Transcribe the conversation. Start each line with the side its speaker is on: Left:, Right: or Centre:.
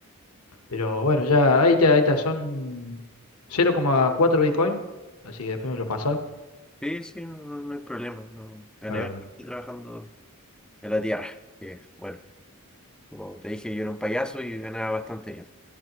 Left: pero bueno, ya ahí está, ahí está, son cero coma cuatro Bitcoin. Así que después me lo pasa.
Centre: Sí, sí, no, no- no hay problema. No. Gané
Left: Claro,
Centre: bastante
Left: claro.
Centre: trabajando en la tierra. que, bueno, como te dije, yo era un payaso y ganaba bastante bien.